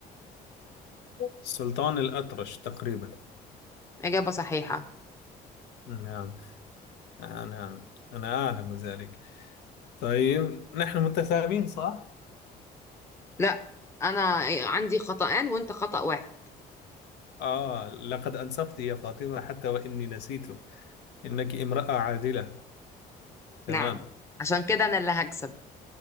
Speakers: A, on the left; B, on the left.
A: سلطان الأطرش تقريبا
B: إجابة صحيحة
A: نعم آه نعم أنا أعلم ذلك طيب نحن متساوين صح؟
B: لا انا عندي خطأان وانت خطأ واحد
A: آه لقد أنصفت يا فاطمة حتى وإني نسيت إنك امرأة عادلة تمام
B: نعم عشان كده انا اللي هكسب